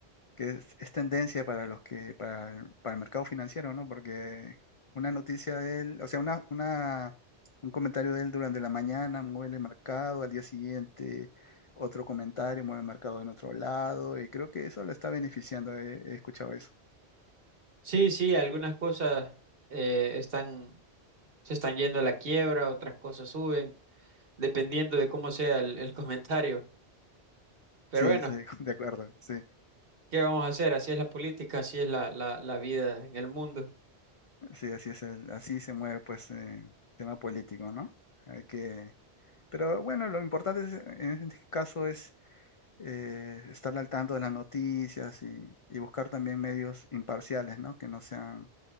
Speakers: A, on the left (about 60°); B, on the right (about 60°).
A: que es, es tendencia para los que, para, el para el mercado financiero, ¿no? Porque una noticia de él, o sea, una, una, un comentario de él durante la mañana mueve el mercado, al día siguiente otro comentario mueve el mercado en otro lado, y creo que eso lo está beneficiando, he, he escuchado eso.
B: Sí, sí, algunas cosas eh, están, se están yendo a la quiebra, otras cosas suben, dependiendo de cómo sea el, el <laughs> comentario. Pero
A: Sí,
B: bueno,
A: sí, <laughs> de acuerdo, sí,
B: ¿qué vamos a hacer? Así es la política, así es la, la, la vida en el mundo.
A: sí, así es, el- así se mueve pues eh, el tema político, ¿no? Hay que, pero bueno, lo importante es- en este caso es eh, estar al tanto de las noticias y, y buscar también medios imparciales, ¿no? Que no sean